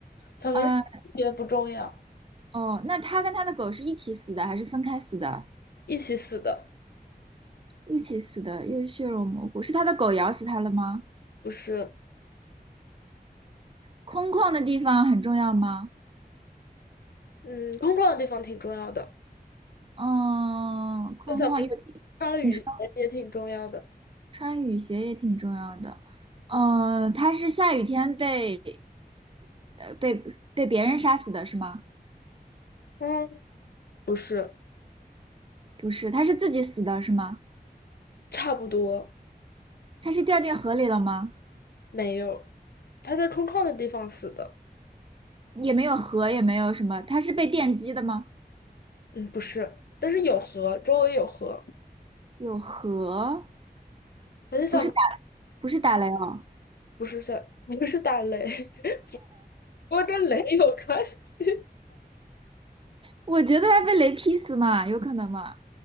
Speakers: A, on the left; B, on the right.
A: 小明性别不重要，
B: 嗯、哦，那他跟他的狗是一起死的还是分开死的？
A: 一起死的，
B: 一起死的，又血肉模糊，是他的狗咬死他了吗？
A: 不是。
B: 空旷的地方很重要吗？
A: 嗯，空旷的地方挺重要的，
B: 嗯，空旷，
A: 就小明
B: 因为
A: 穿了雨鞋也挺重要的。
B: 你说穿雨鞋也挺重要的。嗯，他是下雨天被呃被被别人杀死的是吗？
A: 嗯，不是，
B: 不是，他是自己死的是吗？
A: 差不多。
B: 他是掉进河里了吗？
A: 没有，他在空旷的地方死的。
B: 也没有河，也没有什么，他是被电击的吗？
A: 嗯，不是，但是有河，周围有河。
B: 有河，
A: 很小，
B: 不是打不是打雷哦，
A: 不是小，不是打雷，<laughs> 不过跟雷有关系。
B: 我觉得他被雷劈死嘛，有可能嘛？